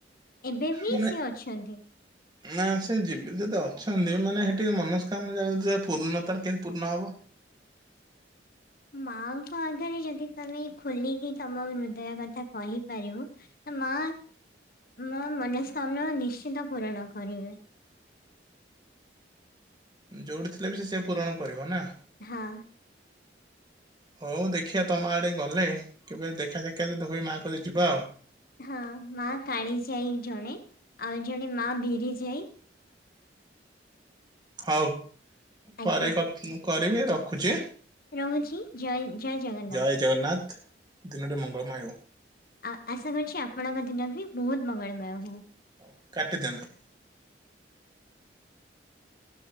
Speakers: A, on the left; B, on the right.
A: ଏବେ ବି
B: ମାନେ
A: ସିଏ ଅଛନ୍ତି।
B: ନା ସେ ଯିବି ଯଦି ଅଛନ୍ତି ମାନେ ହେଟି ମନସ୍କାମନା ଜା ପୂର୍ଣ୍ଣତାର କେମିତି ପୂର୍ଣ୍ଣ ହେବ।
A: ମାଙ୍କ ଆଗରେ ଯଦି ତମେ ଖୋଲିକି ତମ ହୃଦୟ କଥା କହିପାରିବ ମା ମୋ ମନସ୍କାମନା ନିଶ୍ଚିତ ପୂରଣ କରିବେ।
B: ଯୋଉଠି ଥିଲା ବି ସେ ସେ ପୂରଣ କରିବ ନା?
A: ହଁ।
B: ହଉ ଦେଖିଆ ତମ ଆଡେ ଗଲେ କେବେ ଦେଖା ସାକ୍ଷାତ ଯଦି ହୁଏ ମାଙ୍କ କତିକି ଯିବା ଆଉ।
A: ହଁ ମା କାଳିଜାଇ ଜଣେ ଆଉ ଜଣେ ମା ବିରି ଯାଇ।
B: ହଉ
A: ଆଜ୍ଞା
B: ପରେ କ କରିବି ରଖୁଛି।
A: ରହୁଛି ଜୟ ଜୟ ଜଗନ୍ନା
B: ଜୟ ଜଗନ୍ନାଥ। ଦିନଟି ମଙ୍ଗଳମୟ ହେଉ।
A: ଆ ଆଶା କରୁଛି ଆପଣଙ୍କ ଦିନ ବି ବହୁତ୍ ମଙ୍ଗଳମୟ ହଉ।
B: ହଉ କାଟି ଦିଅନ୍ତୁ।